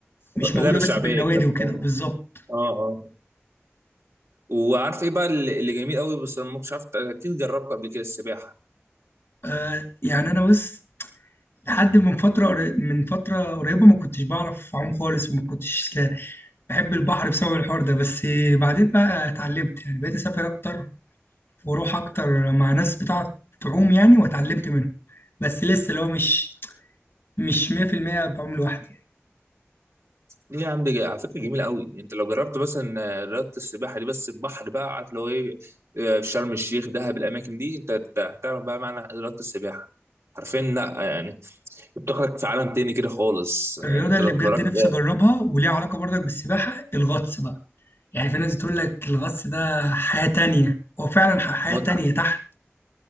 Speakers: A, on the left; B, on the right.
A: مش موجودة
B: لعبه شعبيه
A: بس في النوادي
B: كده
A: وكده
B: اه
A: بالظبط
B: اه اه وعارف ايه بقى اللي اللي جميل قوي بس أنا ما كنتش عارف اكيد جربت قبل كده السباحه
A: آه يعني انا بس لحد من فترة قري- من فترة قريبة ما كنتش بعرف اعوم خالص وما كنتش لا- بحب البحر بسبب الحوار ده بس بعدين بقى اتعلمت يعني بقيت اسافر اكتر واروح اكتر مع ناس بتعرف تعوم يعني واتعلمت منهم بس لسه اللي هو مش مش 100% بعوم لوحدي يعني
B: ليه يا عم دي جا- على فكره جميله قوي انت لو جربت مثلا آه، رياضه السباحه دي بس البحر بقى عارف اللي هو ايه آه، في شرم الشيخ دهب الاماكن دي انت أنت هتعرف بقى معنى رياضه السباحه حرفيا لا يعني بتاخدك في عالم تاني كده خالص يعني
A: الرياضه
B: انت
A: اللي
B: لو
A: بجد
B: اتفرجت
A: نفسي
B: آه،
A: اجربها وليها علاقه برضك بالسباحه الغطس بقى يعني في ناس بتقول لك الغطس ده حياه تانية هو فعلا ح- حياه
B: متعه
A: تانية تحت